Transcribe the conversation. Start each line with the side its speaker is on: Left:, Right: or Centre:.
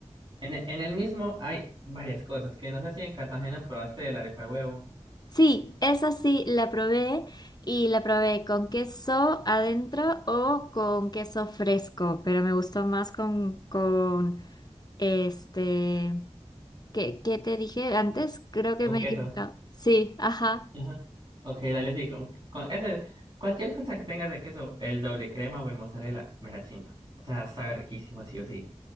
Right: en el mismo hay varias cosas que no sé si en Cartagena probaste el arepa de huevo
Left: Sí, esa sí la probé y la probé con queso adentro o con queso fresco, pero me gustó más con, con este, ¿qué, qué te dije antes? Creo que
Right: con
Left: me
Right: queso.
Left: he equivocado. Sí, ajá,
Right: Ajá. Ok, dale, sí. Con, con ese, cualquier cosa que tengas de queso, el doble crema o el mozzarella, me la chimba. O sea, sabe riquísimo, sí o sí.